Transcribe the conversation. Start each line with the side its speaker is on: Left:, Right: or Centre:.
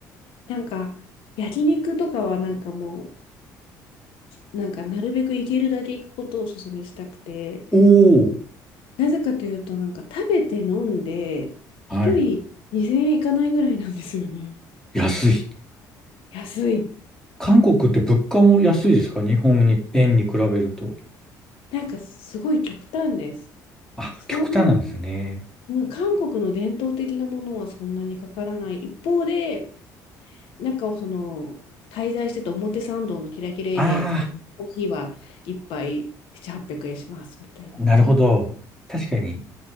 Left: なんか、焼肉とかはなんかもう、なんかなるべく行けるだけ行くことをお勧めしたくて、
Centre: おー。
Left: なぜかというと、なんか食べて飲んで、
Centre: はい。
Left: 一人2000円いかないぐらいなんですよね。
Centre: 安い。
Left: 安い。
Centre: 韓国って物価も安いですか日本に、円に比べると。
Left: なんかすごい極端です。
Centre: あ、
Left: そういう、
Centre: 極端なんですね。
Left: うん韓国の伝統的なものはそんなにかからない。一方で、中をその、滞在してて表参道のキラキラエリア行くと、
Centre: あ
Left: コーヒーは一杯7、800円しますみたいな。
Centre: あ、なるほど。確かに、